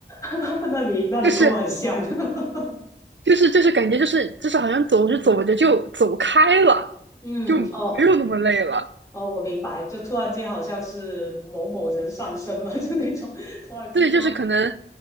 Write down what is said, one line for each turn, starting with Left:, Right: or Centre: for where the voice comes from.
Left: <laughs> 那你那你跟我很像。
Right: 就是
Left: <laughs>
Right: 就是就是感觉就是就是好像走着走着就走开了，
Left: 嗯嗯，
Right: 就没有那么累了。
Left: 哦哦，我明白，就突然间好像是某某人上身了，就那种突然间就，
Right: 对，就是可能，